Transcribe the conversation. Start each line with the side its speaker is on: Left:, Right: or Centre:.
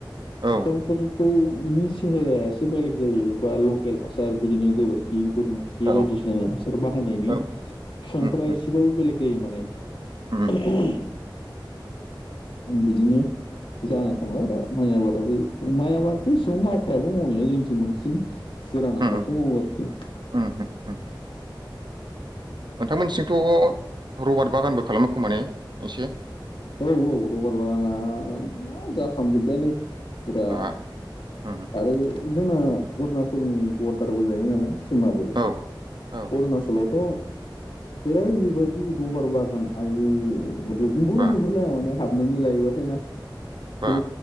Right: औ
Left: समफोर नि सेहेराया एसे बेलेग जायो बा लकेल हासार बिदिनो गोबोरखि खि बोरमा खि
Right: औ
Left: बायदिसिना हासार बाहायनायनि
Right: औ
Left: बिफांफोरा
Right: उम उम
Left: एसेबाबो बेलेग जायो माने
Right: उम
Left: <unintelligible> बिदिनो जानो थांला दा माइ आबादाबो माइ आबादखौ इसिबां मावखायाबो मावनाया जोंनिथिं बांसिन गोरान आबादखौ
Right: उम
Left: मावो आरोखि
Right: उम उम नोंथांमोननिसिंथ' रबारट बागानबो खालामो खोमाने एसे?
Left: औ औ रबार बागाना जाफ्रामजोब्बायानो फुरा
Right: आ उम
Left: आरो जोंना अरुणाचलनि बरदारबो जायोमोन नालाय जोंनाबो
Right: औ औ
Left: अरुणाचलावथ' ओरैबायदि रबार बागान आयु <unintelligible>
Right: बा
Left: नुहुरलाया माने हाब नानै लायोबाथ' नों
Right: बा
Left: बे